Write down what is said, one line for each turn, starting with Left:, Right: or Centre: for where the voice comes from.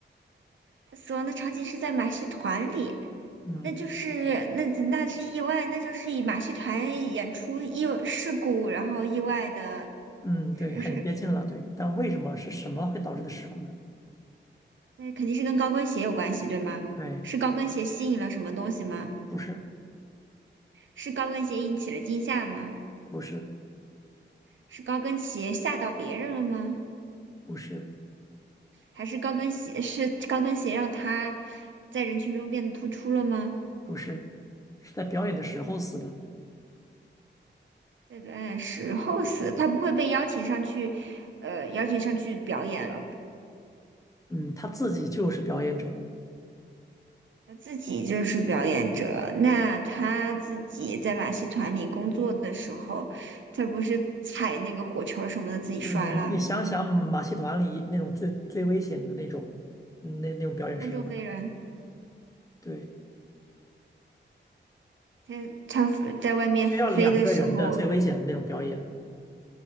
Right: 她死亡的场景是在马戏团里，
Left: 嗯
Right: 那就是那那是意外，那就是以马戏团演出意外事故，然后意外的，
Left: 嗯，
Right: 是是，
Left: 对，很接近了，对。但为什么是什么会导致的事故呢？
Right: 那肯定是跟高跟鞋有关系，对吗？
Left: 对，
Right: 是高跟鞋吸引了什么东西吗？
Left: 不是，
Right: 是高跟鞋引起了惊吓吗？
Left: 不是，
Right: 是高跟鞋吓到别人了吗？
Left: 不是，
Right: 还是高跟鞋是高跟鞋让他在人群中变得突出了吗？
Left: 不是，是在表演的时候死的。
Right: 在表演时候死，他不会被邀请上去，呃，邀请上去表演了。
Left: 嗯，他自己就是表演者。
Right: 他自己就是表演者，那他自己在马戏团里工作的时候，他不是踩那个火球什么的自己摔了，
Left: 嗯，你想想马戏团里那种最最危险的那种，那那种表演是什么样？
Right: 空中飞人。
Left: 对，
Right: 他他在外面飞的时候，
Left: 需要两个人的最危险的那种表演。